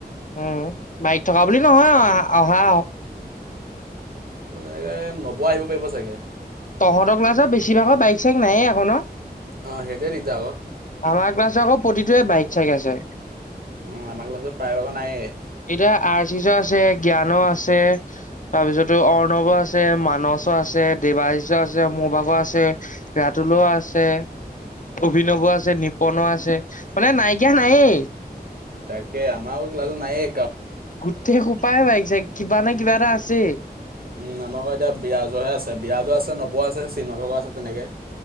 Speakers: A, on the left; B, on the right.
A: উম বাইক থকা বুলি নহয় আৰু অহা।
B: এনেকে ন'ব আহিব পাৰিব চাগে।
A: তহতৰ ক্লাছৰ বেছিভাগৰ বাইক চাইক নায়ে আক ন?
B: অ হেইটোৱে দিগদাৰ ক।
A: আমাৰ ক্লাছৰ আকৌ প্ৰতিটোৱে বাইক চাইক আছে।
B: উম আমাৰ ক্লাছত প্ৰায় ভাগৰ নাইয়ে।
A: এতিয়া আৰৰ্চিছৰ আছে, জ্ঞানৰ আছে, তাৰপিছতো অৰ্ণৱৰ আছে, মানস- আছে, দেৱাৰশ্য আছে, মোৰ ভাগৰ আছে, ৰাতুলৰ আছে- অভিনৱৰ আছে, নিপনৰ আছে মানে নাইকিয়া নাইয়ে।
B: তাকে আমাৰও ক্লাছত নাইয়ে।
A: গোটেই সোপাই বাইক চাইক কিবা নহয় কিবা এটা আছেই।
B: উম আমাৰ আক এতিয়া বিৰাজহে আছে বিৰাজ আছে নৱ আছে চিন ভাগ আছে তেনেকে।